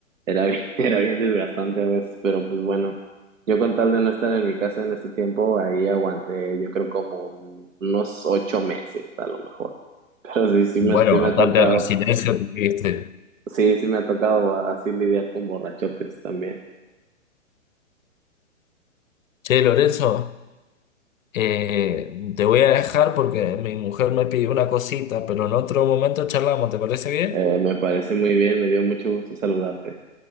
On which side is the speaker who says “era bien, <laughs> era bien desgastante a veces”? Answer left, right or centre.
Right